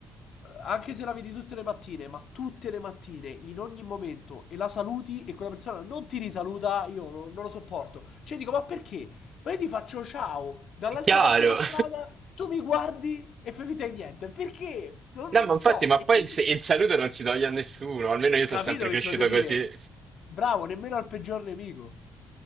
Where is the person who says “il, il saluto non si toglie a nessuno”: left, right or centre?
Right